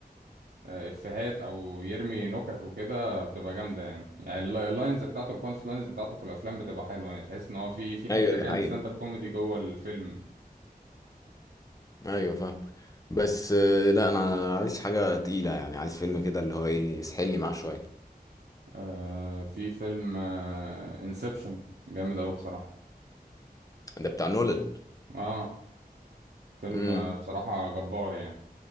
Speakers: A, on the right; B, on the left.
A: آه، افيهات او يرمي نكت وكده بتبقى جامدة يعني يعني الل- اللاينز بتاعته البانش لاينز بتاعته في الافلام بتبقى حلوة يعني تحس ان هو في في
B: ايوه
A: حتة
B: دي
A: كده
B: حقيقة
A: من ستاند اب كوميدي جوه الفيلم
B: ايوه فاهم بس آه، لا انا عايز حاجة تقيلة يعني عايز فيلم كده اللي هو ايه يسحلني معاه شوية
A: آه في فيلم انسبشن جامد اوي بصراحة
B: ده بتاع نولان
A: اه فيلم
B: امم
A: آه، بصراحة جبار يعني